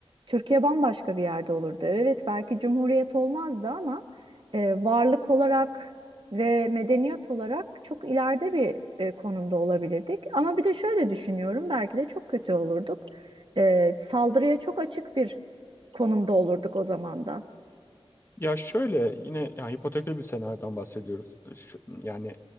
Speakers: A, on the right; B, on the left.
A: Türkiye bambaşka bir yerde olurdu. Evet belki cumhuriyet olmazdı ama e, varlık olarak ve medeniyet olarak çok ileride bir e, konumda olabilirdik. Ama bir de şöyle düşünüyorum, belki de çok kötü olurduk. E, saldırıya çok açık bir konumda olurduk o zaman da.
B: Ya şöyle yine ya hipotekli bir senaryodan bahsediyoruz. Şu- yani